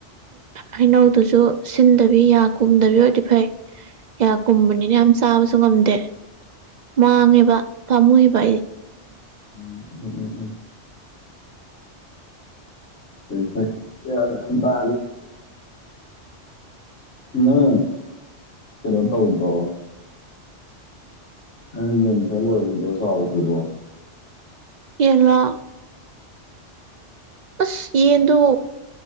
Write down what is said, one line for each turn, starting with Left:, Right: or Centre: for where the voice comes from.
Right: ꯍꯩꯅꯧꯗꯨꯁꯨ ꯁꯤꯟꯗꯕꯤ ꯌꯥ ꯀꯨꯝꯗꯕꯤ ꯑꯣꯏꯔꯗꯤ ꯐꯩ ꯌꯥ ꯀꯨꯝꯕꯅꯤꯅ ꯌꯥꯝ ꯆꯥꯕꯁꯨ ꯉꯝꯗꯦ ꯃꯥꯡꯉꯦꯕ ꯇꯥꯃꯨꯏ ꯄꯥꯏꯔꯤ
Left: ꯎꯝ ꯎ ꯎꯝ ꯎꯝ ꯄꯩꯁꯒ ꯑꯗꯨꯗ ꯅ ꯆꯔ ꯇꯧꯗ꯭ꯔ ꯅꯪ ꯌꯦꯅꯤ ꯈꯂ ꯇꯧ ꯁꯣꯥꯎꯗꯨꯔꯕꯣ
Right: ꯏꯂ ꯑꯁ ꯌꯦꯟꯗꯣ